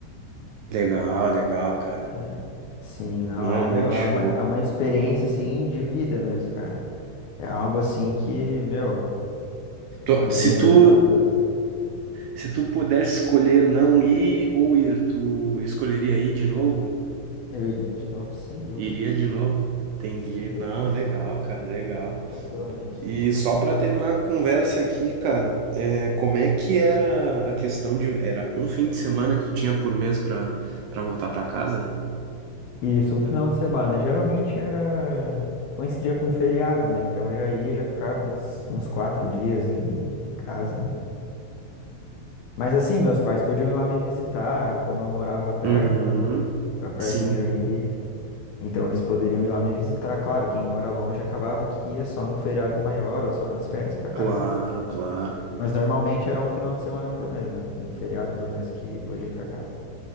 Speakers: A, on the right; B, on the left.
A: Legal, legal, cara.
B: É. Sim, não,
A: Não,
B: é,
A: muito
B: meu,
A: show.
B: é uma, é uma experiência, assim, de vida mesmo, cara. É algo, assim, que, meu,
A: Tu-
B: as
A: Se
B: lembranças,
A: tu, se tu pudesse escolher não ir ou ir, tu escolheria ir de novo?
B: eu iria de novo, sem dúvidas,
A: Iria de novo? Entendi.
B: sem dúvidas,
A: Não, legal, cara, legal.
B: tranquilamente,
A: E
B: tranquilamente.
A: só pra terminar a conversa aqui, cara, é, como é que era a questão de... Era um fim de semana que tu tinha por mês pra, pra voltar pra casa?
B: Isso, um final de semana, geralmente era, coincidia com feriado, né, então eu já ia, já ficava uns, uns quatro dias em, em casa, né. Mas, assim, meus pais podiam ir lá me visitar, como eu morava perto,
A: Uhum.
B: né, ficar perto
A: Sim,
B: de Joinville, Então eles poderiam ir lá me visitar. Claro, quem mora longe acabava que ia só num feriado maior ou só nas férias pra casa.
A: claro, claro,
B: Mas normalmente era um final de semana por mês, né? Um feriado por mês que podia ir pra casa.